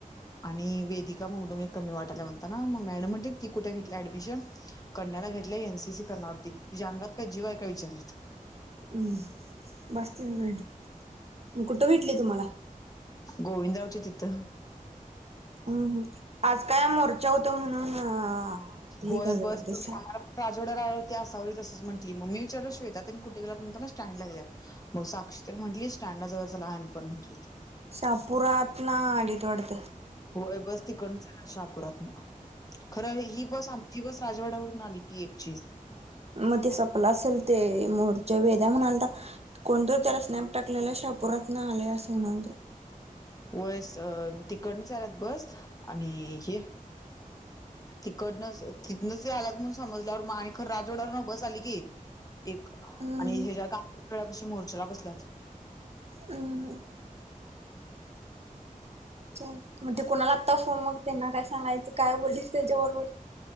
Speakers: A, on the left; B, on the right.
A: आणि वेदिका मगदूम एक कमी वाटाल्या म्हणताना मग मॅडम म्हणलीत ती कुठे घेतल्या ऍडमिशन कण्याला घेतल्या एन सी सी करनार होती तिच्या अंगात काय जीव आहे काय विचारलीत
B: हम बास तिकडं मॅडम म कुठं भेटली तुम्हाला
A: गोविंदराव च्या तिथं
B: हम हम आज काय मोर्चा होता म्हणून हे
A: होय
B: घाल
A: बस
B: वाटत
A: तुम्ही आम्हाला राजवड्या रावरती आसावरी तसंच म्हटली म मी विचारलो श्वेेता त्येन कुठ गेल्यात म्हणताना स्टँडला गेल्यात. मग साक्षी त्येन म्हटली स्टँडला जाऊया चला आम्ही पण म्हटली.
B: शहापुरातन आलीत वाटत.
A: होय बस तिकडनच येणार शाहापुरातन खरं ही बस आमची आमची बस राजवाड्या वरून आली की एकची
B: म ते सपलं असल ते मोर्च्या वेदया म्हणालता कोणतरी त्याला स्नॅप टाकलेलं शापोरात <unintelligible> न आले असं म्हणाले.
A: वय <unintelligible> तिकडन चालत बस आणि हे तिकडनं तिथनंच आलात म्हणून समजल्यावर म आणि खर राजवाडावरन बस आली की. एक
B: हम्म
A: आणि ह्याच्या् या गाकड्यापाशी मोर्चाला बसल्यात.
B: हम् च मग ते कोणाला लागता फोन मग त्यांना काय सांगायचं काय बोलीच त्याच्याबरोबर